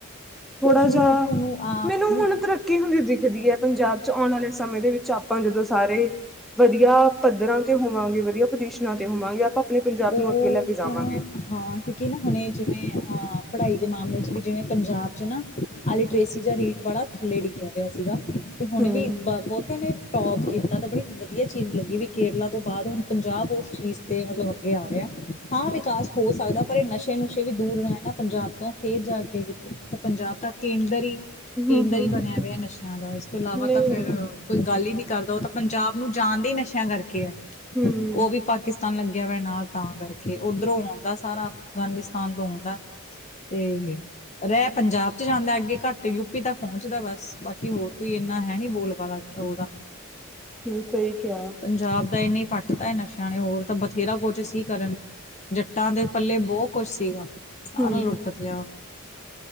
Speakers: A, in the centre; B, on the left (about 35°).
A: ਥੋੜਾ
B: ਕੁਛ ਨੀ
A: ‌ ਜੇਹਾਂ,
B: ਤੁਹਾਨੂੰ ਆਪ
A: ਮੈਨੂੰ ਹੁਣ ਕੀ ਸਥਿਤੀ ਦਿਖਦੀ ਹੈ ਪੰਜਾਬ 'ਚ, ਆਉਣ ਵਾਲ਼ੇ ਸਮੇਂ ਦੇ ਵਿੱਚ ਆਪਾਂ ਜਦੋਂ ਸਾਰੇ ਵਧੀਆਂ ਪੱਧਰਾਂ ਤੇ ਹੋਵਾਂਗੇ, ਵਧੀਆਂ ਪੋਜੀਸ਼ਨਾ ਤੇ ਹੋਵਾਂਗੇ, ਆਪਾਂ ਆਪਣੇ ਪੰਜਾਬ
B: ਉਹ
A: ਨੂੰ ਅੱਗੇ ਲੈ ਕੇ ਜਾਵਾਂਗੇ।
B: ਤਾਂ ਹਾਂ ਕਿਉਂਕਿ ਨਾ ਹੁਣੇ ਜਿਵੇਂ, ਅਹ ਪੜ੍ਹਾਈ ਦੇ ਮਾਮਲੇ 'ਚ ਵੀ ਜਿਵੇਂ ਪੰਜਾਬ 'ਚ ਨਾ ਅੱਜਟਰੇਸੀ ਜਾਂ ਰੇਟ ਬੜਾਂ ਥੱਲੇ ਡਿੱਗਿਆਂ ਪਿਆ ਸੀਗਾ, ਤੇ ਹੁਣੇ
A: ਹਮ
B: ਵੀ ਬਹੁਤਿਆਂ ਨੇ ਟੋਪ ਕੀਤਾਂ ਤਾਂ ਬੜੀ ਵਧੀਆਂ ਚੀਜ਼ ਲੱਗੀ, ਵੀ ਕੇਰਲਾ ਤੋਂ ਬਾਅਦ ਹੁਣ ਪੰਜਾਬ ਉਸ ਚੀਜ਼ ਤੇ ਮਤਲਬ ਅਗੇ ਆ ਰਿਹਾਂ, ਹਾਂ ਵਿਕਾਸ ਹੋ ਸਕਦਾਂ ਪਰ ਇਹ ਨਸ਼ੇ ਨੁਸ਼ੇ ਵੀ ਦੂਰ ਰਹਿਣ ਨਾ ਪੰਜਾਬ ਤੋਂ ਫੇਰ ਜਾਂ ਕੇ ਤਾਂ ਪੰਜਾਬ ਤਾਂ ਕੇਂਦਰ ਹੀ,
A: ਹਮ
B: ਕੇਂਦਰ
A: ਹਮ
B: ਹੀ ਬਣਿਆਂ ਹੋਇ ਨਸ਼ਿਆਂ ਦਾ ਇਸ ਤੋਂ ਇਲਾਵਾ
A: ਨਹੀਂ
B: ਤਾਂ ਫੇਰ
A: ਨਹੀਂ
B: ਕੋਈ ਗੱਲ ਹੀ ਨਹੀਂ ਕਰਦਾਂ, ਉਹ ਤਾਂ ਪੰਜਾਬ ਨੂੰ ਜਾਂਣਦੇ ਹੀ ਨਸ਼ਿਆਂ ਕਰਕੇ ਹੈ।
A: ਹਮ।
B: ਉਹ ਵੀ ਪਾਕਿਸਤਾਨ ਲੱਗਿਆਂ ਵਾ ਨਾਲ ਤਾਂ ਕਰਕੇ, ਉੱਧਰੋਂ ਆਉਂਦਾ ਸਾਰਾ, ਅਫ਼ਗ਼ਾਨਿਸਤਾਨ ਤੋਂ ਆਉਂਦਾ ਤੇ- ਰਹਿ ਪੰਜਾਬ 'ਚ ਜਾਂਦਾ, ਅੱਗੇ ਘੱਟ ਯੂਪੀ ਤੱਕ ਪਹੁੰਚਦਾ ਬਸ, ਬਾਕੀ ਹੋਰ ਕੋਈ ਇੰਨਾ ਹੈ ਨੀ ਬੋਲ ਵਾਲਾ। ਉਹਦਾ
A: ਹਮ, ਸਹੀ ਕਿਹਾ।
B: ਪੰਜਾਬ ਦਾ ਇੰਨੀੇ ਪੱਟ ਤਾਂ ਹੈ ਨਸ਼ਿਆਂ ਨੇ ਹੋਰ ਤਾਂ ਬਥੇਰਾ ਕੋ ਜ ਸੀ ਕਰਨ ਜੱਟਾਂ ਦੇ ਪੱਲੇ ਬਹੁ ਕੁਛ ਸੀਗਾ ਸਾਰਾ
A: ਹਮ
B: ਲੁੱਟ ਲਿਆ